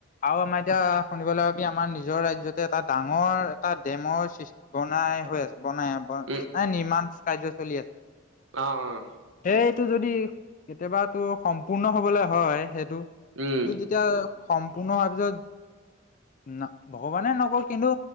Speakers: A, on the left; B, on the right.
A: আৰু আমাৰ এতিয়া শুনিবলৈ আমাৰ নিজৰ ৰাজ্যতে এটা ডাঙৰ এটা ডেমৰ সৃষ্টি বনাই হৈ আছে, বনাই ব মানে
B: উম
A: নিৰ্মাণ কাৰ্য চলি আছে।
B: অ, অ।
A: সেইটো যদি, কেতিয়াবাটো সম্পূৰ্ণ হবলৈ হয় সেইটো এতিয়া
B: উম
A: সম্পূৰ্ণ হোৱাৰ পিছত না, ভগৱানে নকৰক কিন্তু